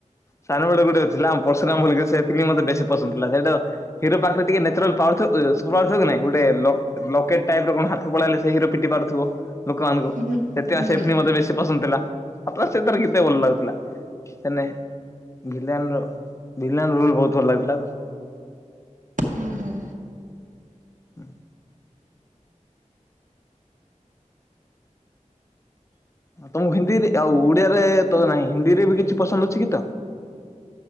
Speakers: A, on the left; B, on the right.
A: ସାନବେଳେ ଗୋଟେ ଥିଲା ପର୍ଶୁରାମ ବୋଲିକି ସେ ଫିଲମ୍ ମତେ ବେଶୀ ପସନ୍ଦ ଥିଲା ସେଇଟା ହିରୋ ପାଖରେ ଟିକେ ନେଚୁରାଲ ପାୱାର ଥିବ ଏ ସୁପର ପାୱାର ଥିବ କି ନାଇଁ ଗୋଟେ ଲକ୍ ଲକେଟ ଟାଇପର କଣ ହାତକୁ ପଳେଇଲେ ସେ ହିରୋ ପିଟି ପାରୁଥୁବ ଲୋକମାନଙ୍କୁ
B: ହୁଁ
A: ସେଥିପାଇଁ
B: ହୁଁ
A: ସେ ଫିଲିମ୍ ମତେ ବେଶୀ ପସନ୍ଦ ଥିଲା ଆଉ ପ୍ଲସ ସେ ତାର ଗୀତ ଭଲ ଲାଗୁଥୁଲା ହେନେ ଭିଲିଆନର ଭିଲିଆନ ରୋଲ ବୋହୁତ ଭଲ ଲାଗୁଥୁଲା।
B: ଉଁହୁଁ।
A: ହୁଁ। ଆଉ ତମକୁ ହିନ୍ଦୀରେ ଆଉ ଓଡିଆରେ ତ ନାହିଁ ହିନ୍ଦୀରେ ବି କିଛି ପସନ୍ଦ ଅଛି ଗୀତ?